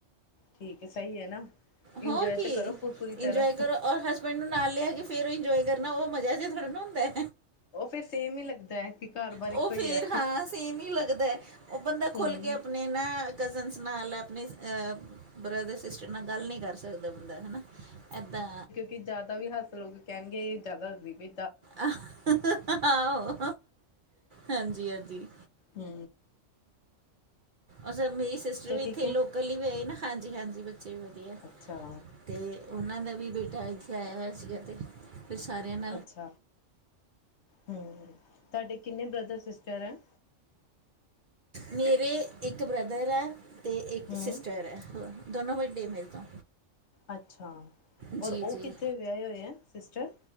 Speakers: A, on the left; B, on the right.
A: ਠੀਕ ਹੈ ਸਈ ਐ ਨਾ।
B: ਹੋਰ
A: ਇੰਜੋਏ
B: ਕੀ
A: ਤੇ ਕਰੋ ਪੂਰੀ ਤਰ੍ਹਾਂ
B: ਇੰਜੋਏ ਕਰੋ ਔਰ ਹਸ ਬੈਂਡ ਨੂੰ ਨਾਲ ਲਿਆ ਕੇ ਫਿਰ ਇੰਜੋਏ ਕਰਨਾ ਓ ਮਜ਼ਾ ਜਿਹਾ ਥੋੜਾ ਨਾ ਹੁੰਦਾ।
A: ਉਹ ਫਿਰ ਸੇਮ ਹੀ ਲੱਗਦਾ ਹੈ ਕਿ ਘਰ ਬਾਰ
B: ਓ
A: ਇੱਕੋ ਹੀ
B: ਫੇਰ
A: ਹੈ
B: ਹਾਂ ਸੇਮ ਹੀ ਲੱਗਦਾ ਓ ਬੰਦਾ ਖੁੱਲ
A: ਹਮ
B: ਕੇ ਅਪ ਣੇ ਨਾ ਕਜ਼ਨਸ ਨਾਲ ਅਪਣੇ ਅ ਬ੍ਰਦਰ ਸਿਸਟਰ ਨਾਲ ਗੱਲ ਨੀ ਕਰ ਸਕਦਾ। ਬੰਦਾ ਹੈਨਾ ਐਦਾਂ
A: ਕਿ ਜ਼ਿਆਦਾ ਵੀ ਹੱਸ ਲੋਕ ਕਹਿਣਗੇ ਇਹ ਜ਼ਿਆਦਾ ਹੱਸਦੀ ਪੀ
B: ਆਹੋ ਹਾਂਜੀ ਹਾਂਜੀ।
A: ਹੂੰ
B: ਅੱਛਾ ਮੇਰੀ ਸਿਸਟਰ ਵੀ ਇੱਥੇ
A: ਠੀਕ ਹੈ
B: ਲੋਕਲ ਹੀ ਵੇਆਈ ਨਾ ਹਾਂਜੀ ਹਾਂਜੀ ਬੱਚੇ ਵੀ ਵਧੀਆ।
A: ਅੱਛਾ
B: ਤੇ ਉਨਾਂ ਦਾ ਵੀ ਬੇਟਾ ਇੱਥੇ ਆਇਆ ਹੋਇਆ ਸੀਗਾ ਤੇ, ਫਿਰ ਸਾਰਿਆਂ ਨੇ
A: ਅੱਛ, ਹੂੰ ਤੁਹਾਡੇ ਕਿੰਨੇ ਬ੍ਰਦਰ ਸਿਸਟਰ ਅਨ?
B: ਮੇਰੇ ਇੱਕ ਬ੍ਰਦਰ ਐ। ਤੇ ਇੱਕ
A: ਹਮ
B: ਸਿਸਟਰ ਐ, ਦੋਨੋਂ ਵੱਡੇ ਮੇਰੇ ਤੋਂ।
A: ਅੱਛਾ,
B: ਜੀ
A: ਔਰ ਔ
B: ਜੀ
A: ਕਿੱਥੇ ਵਿਆਹੇ ਹੋਏ ਐ ਸਿਸਟਰ?